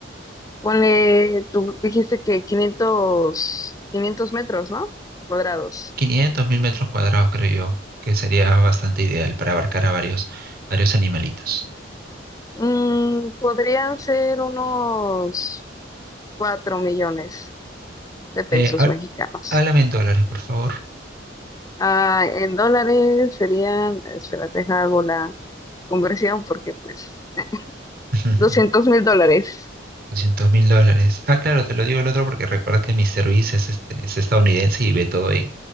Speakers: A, on the left; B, on the right.
A: Ponle, tú dijiste que quinientos quinientos metros, ¿no? Cuadrados.
B: Quinientos mil metros cuadrados, creo yo, que sería bastante ideal para abarcar a varios, varios animalitos.
A: Mm, podrían ser unos 4 millones de pesos
B: Eh, há-
A: mexicanos.
B: háblame en dólares, por favor.
A: Ah, en dólares serían, espérate, hago la conversión porque pues eh,
B: <laughs>
A: doscientos mil dólares.
B: doscientos mil dólares. Ah, claro, te lo digo el otro porque recuerda que Mr. Beast es, este, es estadounidense y ve todo en,